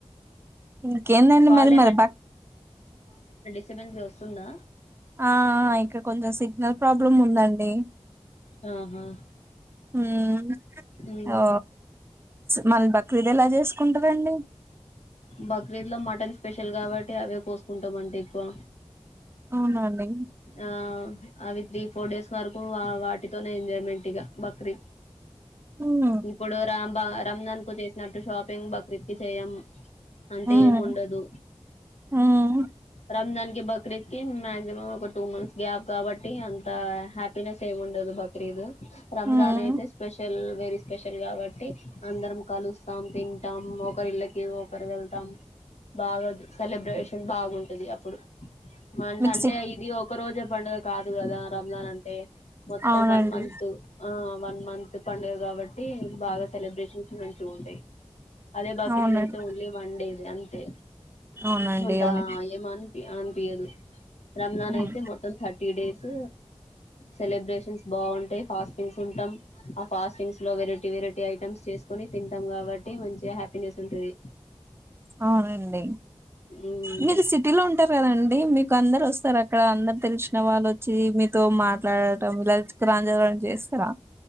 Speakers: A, on the right; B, on the left.
A: ఇక ఏందడి
B: కాల్
A: మరి మరి బ
B: చెప్పండి వస్తుందా
A: ఆ ఇక్కడ కొంచెం సిగ్నల్ ప్రాబ్లమ్ ఉందండి.
B: ఆహా
A: హ్మ్
B: ఉమ్
A: ఓ మళ బక్రీదు ఎలా చేసుకుంటారండి
B: బక్రీద్లో మటన్ స్పెషల్ కాబట్టి అవే కోసుకుంటామంటే ఎక్కువ
A: అవును అండి
B: ఆ అవి త్రీ ఫోర్ డేస్ వరకు వాటితోనే ఎంజాయ్మెంట్గా బక్రీద్
A: హ్మ్
B: ఇప్పుడు రాంబ రంజాన్ కు చేసినట్టు షాపింగ్ బక్రీద్ కి చేయము అంత
A: హ్మ్
B: ఏం ఉండదు
A: హ్మ్
B: రంజాన్ కి బక్రీద్ కి మాక్సిమం ఒక టూ మంత్స్ గ్యాప్ కాబట్టి అంత హ్యాపీనెస్ ఏం ఉండదు. బక్రీద్ రంజాన్
A: హ్మ్
B: అయితే స్పెషల్ వెరీ స్పెషల్ కాబట్టి అందరం కలుస్తాం తింటాం ఒకరి ఇళ్ళ కు ఒకరు వెళ్తాం బాగా సెలబ్రేషన్ బాగుంటది అప్పుడు మన్
A: మీకు
B: అంటే
A: సి
B: ఇది ఒక రోజు పండుగ కాదు కదా, రంజాన్ అంటే మొత్తం
A: అవునండి
B: వన్ మంత్ ఆ వన్ మంత్ పండుగ కాబట్టి బాగా సెలబ్రేషన్స్ మంచి ఉంటాయి అదే బక్రీద్
A: అవునండి
B: అయిత్ ఓన్లీ వన్ డేది అంతే
A: అవునండి
B: అంత
A: అవును
B: ఎమ్ అనిపి అనిపింయాదు రంజాన్
A: అవును.
B: అయితే మొత్తం థర్టీ డేస్ సెలబ్రేషన్స్ బాగుంటాయి ఫాస్టింగ్స్ ఉంటాం ఆ ఫాస్టింగ్స్ లో వెరైటీ వెరైటీ ఐటమ్స్ చేసుకుని తింటాం కాబట్టి మంచి హ్యాపీనెస్ ఉంటది.
A: అవునండి
B: ఉమ్
A: మీరు సిటీలో ఉంటారు కదండి మీకు అందరు వస్ స్తారా అక్కడ అందరు తెలిసిన వాళ్ళు వచ్చి మీతో మాట్లాడటం ఇలా రాంజాం చేస్తారా